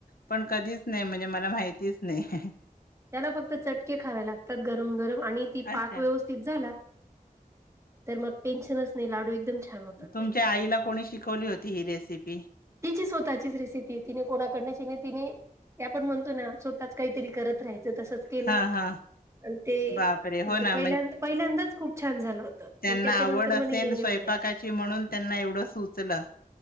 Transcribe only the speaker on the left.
पण कधीच नाही. म्हणजे मला माहितीच नाही.
अच्छा.
तुमच्या
आईला कोणी शिकवली होती? रेसिपी?
हा हा
बापरे! हो
ना
त्यांना
आवड असेल
स्वयंपाकाची
म्हणून त्यांना एवढं सुचलं